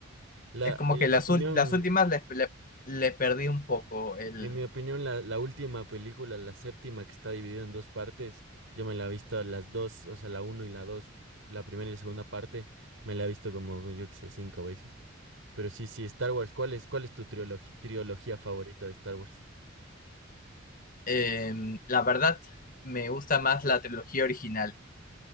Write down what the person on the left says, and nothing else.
Es como
que
las,
ul- las últimas les, le, le perdí un poco el...
em, la verdad, me gusta más la trilogía original,